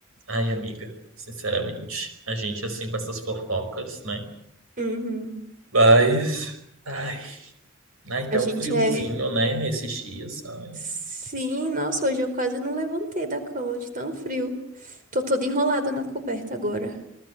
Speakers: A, on the right (about 85°); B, on the right (about 40°).
A: ai, amiga, sinceramente, a gente assim com essas fofocas, né?
B: Uhum.
A: Mas, ai, ai, tá
B: A gente
A: um friozinho,
B: é.
A: né, esses dias, ai.
B: Sim, nossa, hoje eu quase não levantei da cama de tão frio. Tô toda enrolada na coberta agora.